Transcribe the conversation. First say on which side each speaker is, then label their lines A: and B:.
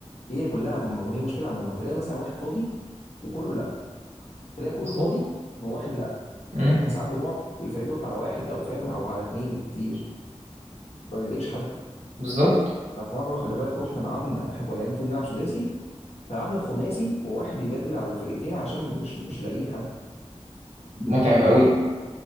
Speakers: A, on the left (about 65°); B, on the right (about 90°).
A: هي كلها وهي مشكله عموما تلاقي مثلا واحد فاضي وكله لا تلاقي كله
B: بالظبط
A: فاضي وواحد لا
B: مم،
A: يعني احنا ساعات بنقف الفريق بيقف على واحد او فاهم او على اتنين بالكتير ما بنلاقيش حد
B: بالظبط
A: احنا في مره خلي بالك رحنا لعبنا احنا كنا لاعبين المفروض نلعب سداسي فلعبنا خماسي وواحد بيبدل على الفرقتين عشان مش مش لاقيين حد
B: متعب قوي